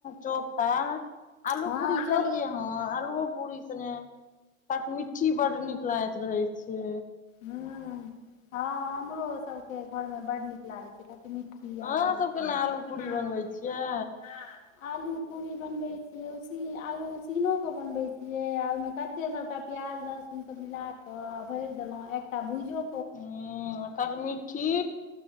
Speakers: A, on the left; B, on the left.
A: चोखा। आलू
B: हँ
A: पूरी
B: चोख
A: खेलियै हँ। आलूओ पूरी सने खटमिट्ठी बड नीक लागैत रहे छै।
B: हूँ हँ हमरो सबके घरमे बड नीक लागै छै खट मिठ्ठी
A: अहाँ
B: आलू के पूरी,
A: केना
B: अहाँ
A: आलू
B: सब केना
A: पूरी बनबै छियै
B: आलू पूरी बनबै छियै। आलू पूरी बनबै छियै। उसी आलू उसीनो क बनबै छियै, आ ओहि मे कच्चे सबटा प्याज लहसुन सब मिला कऽ भरि देलो, एकटा भुइजो
A: हँऽ आ खटमिठ्ठी